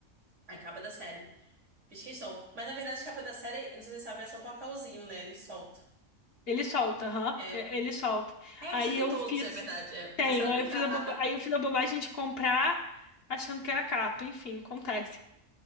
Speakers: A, on the right; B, on the left.
A: A capa da série. Fiz questão. Mas na verdade, a capa da série, não sei se você sabe, é só o papelzinho, né? Ele solta.
B: Ele solta, aham.
A: É.
B: E- Ele solta.
A: É,
B: Aí
A: você tem
B: eu
A: todos,
B: fiz.
A: é verdade. É,
B: Tenho,
A: você sabe.
B: aí eu fiz
A: <laughs>
B: a boba... aí eu fiz a bobagem de comprar achando que era capa. Enfim, acontece.